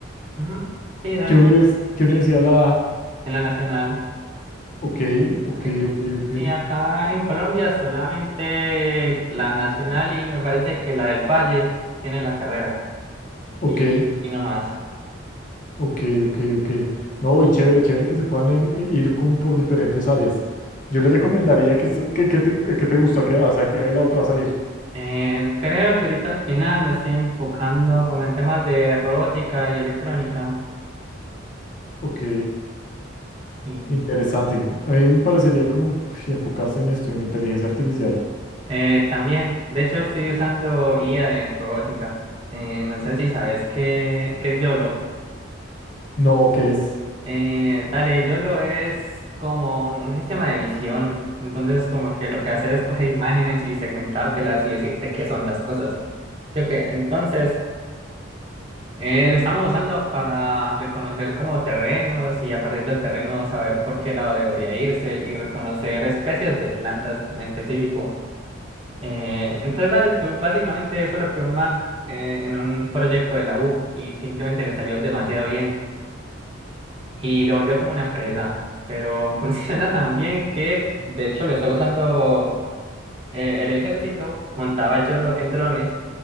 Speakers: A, on the right; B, on the left.
A: Ujú, Sí, dale,
B: ¿Qué Exacto. univers- qué universidad la da?
A: en la nacional.
B: Ok, ok,
A: Aquí-
B: ok, ok,
A: y acá en Colombia solamente la nacional y me parece que la del Valle tiene la carrera
B: ok,
A: y, y no más.
B: ok, ok, ok. No, y chévere, chévere que se puedan en- ir como por diferentes áreas. Yo les recomendaría que, esto- que, que te, que te gusta, que, hacia qué lado te vas a ir.
A: Eh, creo que ahorita al final me estoy enfocando como en temas de robótica y electrónica.
B: Ok,
A: Y
B: interesante. A mí me parecería como pues, enfocarse en esto, en inteligencia artificial.
A: Eh, también, de hecho estoy usando IA en robótica. Eh, no sé si sabes qué, qué es YOLO.
B: No, ¿qué es?
A: Eh, dale, YOLO es como un sistema de visión. Entonces, como que lo que hace es coger imágenes y segmentártelas y decirte qué son las cosas. ¿Sí o qué? Entonces, eh, lo estamos usando para reconocer como terrenos y a partir del terreno saber por qué lado debería irse y reconocer especies de plantas en específico. Eh, entonces, dale, tú básicamente eso lo creó un man eh, en un proyecto de la U y simplemente le salió demasiado bien y lo volvió como una empresa, pero <laughs> funciona tan bien que de hecho lo está usando eh, el ejército, montaba YOLO en drones